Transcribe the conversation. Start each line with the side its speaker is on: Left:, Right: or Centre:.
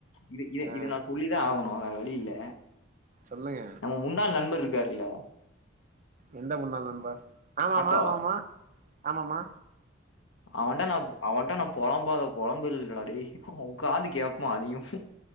Left: இது இத
Right: ஆ
Left: இத நா சொல்லிதா ஆகணு வேற வழியில்ல
Right: சொல்லுங்க
Left: நம்ம முன்னாள் நண்பர் இருக்காருல்ல
Right: எந்த முன்னாள் நண்பர் ஆமாமா
Left: ஆட்டோ
Right: ஆமாமா ஆமாமா
Left: அவன்ட நா அவன்ட நா பொழம்பாத பொழம்பு இல்லடா டேய் உக்காந்து கேப்பா அதயு